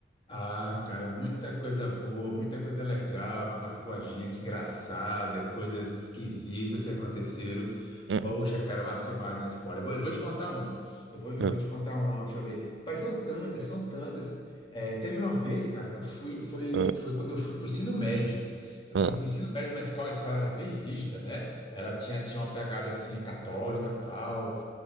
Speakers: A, on the left; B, on the right.
A: Ah, cara, muita coisa boa, muita coisa legal que marcou a gente, engraçada, coisas esquisitas que aconteceram.
B: Hum,
A: Poxa, cara, massa demais na escola. Eu vou, eu vou te contar uma. Eu vou, eu
B: hum,
A: vou te contar uma, deixa eu ver. Rapaz, são tantas, são tantas. É, teve uma vez, cara, que eu fui, foi,
B: hum,
A: foi quando eu fui para o ensino médio. Eu
B: hum,
A: fui para o ensino médio numa escola, a escola era bem rígida, né? Ela tinha, tinha uma pegada assim, católica, tal.